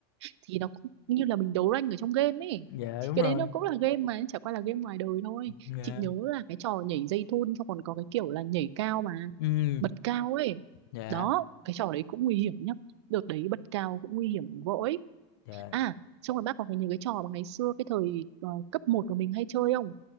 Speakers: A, on the right (about 75°); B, on the left (about 55°).
A: thì nó cũng như là mình đấu rank ở trong game ấy
B: dạ
A: thì
B: đúng
A: cái
B: rồi
A: đấy nó cũng là game mà chả qua là game ngoài đời thôi
B: dạ
A: chị nhớ là cái trò nhảy dây thun xong còn có cái kiểu là nhảy cao mà
B: ừ
A: bật cao ấy
B: dạ
A: đó cái trò đấy cũng nguy hiểm nhá đợt đấy bật cao cũng nguy hiểm vội
B: dạ
A: à xong rồi bác có cái những cái trò mà ngày xưa cái thời ờ, cấp một của mình hay chơi không